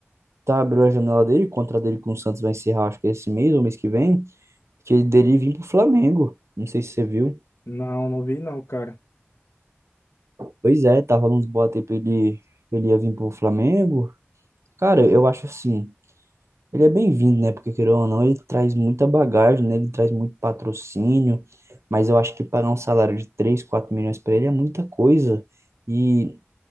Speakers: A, on the right; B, on the left.
A: tá, abriu a janela dele, o contrato dele com o Santos vai encerrar, acho que esse mês ou mês que vem, que ele dele vir pro Flamengo. Não sei se você viu.
B: Não, não vi não, cara.
A: Pois é, tá rolando uns boatos aí pra ele, ele ia vir pro Flamengo. Cara, eu acho assim, ele é bem-vindo, né? Porque, querendo ou não, ele traz muita bagagem, né? Ele traz muito patrocínio, mas eu acho que pagar um salário de 3 4 milhões pra ele é muita coisa. E,